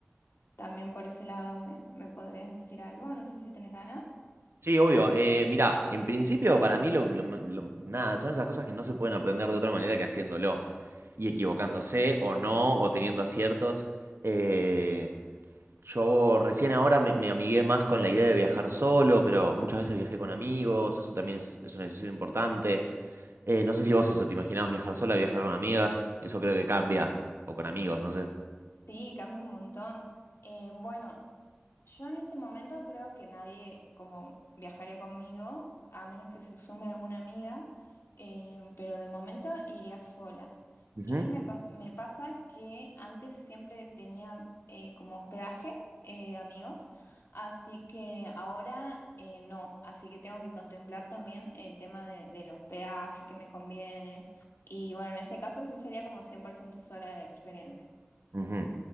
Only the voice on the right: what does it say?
Sí, obvio. Eh, mirá, en principio para mí lo, lo- lo- nada, son esas cosas que no se pueden aprender de otra manera que haciéndolo y equivocándose o no, o teniendo aciertos. Eh, yo recién ahora me, me amigué más con la idea de viajar solo, pero muchas veces viajé con amigos, eso también es, es una decisión importante. Eh, no sé si vos eso, ¿te imaginabas viajar sola, viajar con amigas? Eso creo que cambia, o con amigos, no sé.
Ujú,
ujú.